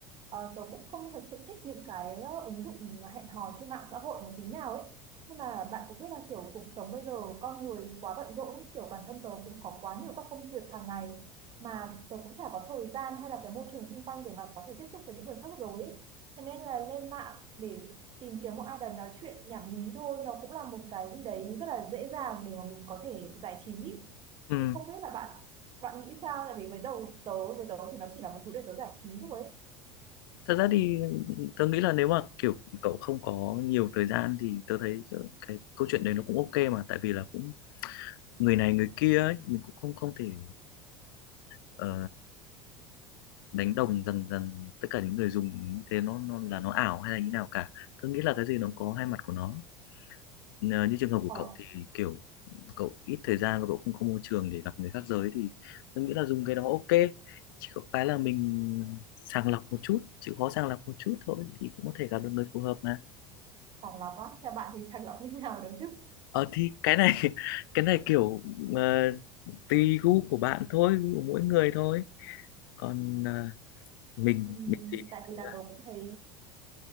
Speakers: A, on the right; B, on the left.
A: Ờ, tớ cũng không thật sự thích những cái ờ, ứng dụng hẹn hò trên mạng xã hội một tí nào ấy. Nhưng mà bạn cũng biết là kiểu cuộc sống bây giờ con người quá bận rộn ấy, kiểu bản thân tớ cũng có quá nhiều các công việc hàng ngày mà tớ cũng chả có thời gian hay là cái môi trường xung quanh để mà có thể tiếp xúc với những người khác rồi ấy. Thế nên là lên mạng để tìm kiếm một ai đó nói chuyện nhảm nhí thôi nó cũng là một cái gì đấy rất là dễ dàng để mà mình có thể giải trí.
B: Ừ.
A: Thì không biết là bạn bạn nghĩ sao tại vì với đầu tớ với tớ thì nó chỉ là một thứ để tớ giải trí thôi ấy.
B: thật ra thì tớ nghĩ là nếu mà kiểu cậu không có nhiều thời gian thì tớ thấy kiểu cái câu chuyện đấy nó cũng ok mà tại vì là cũng người này người kia ấy mình cũng không không thể ờ, đánh đồng rằng rằng tất cả những người dùng như thế nó nó là nó ảo hay là như nào cả tớ nghĩ là cái gì nó có hai mặt của nó Ờ, như trường hợp của
A: ờ,
B: cậu thì kiểu cậu ít thời gian và cậu không có môi trường để gặp người khác giới thì tớ nghĩ là dùng cái đó ok chỉ có cái là mình sàng lọc một chút chịu khó sàng lọc một chút thôi thì cũng có thể gặp được người phù hợp mà
A: sàng lọc á theo bạn thì sàng lọc như thế nào đúng chứ
B: ờ thì cái này <laughs> cái này kiểu ờ, tùy gu của bạn thôi gu của mỗi người thôi còn ờ, mình
A: Ừm,
B: mình thì mình
A: tại vì
B: thấy
A: là
B: là
A: tớ cũng thấy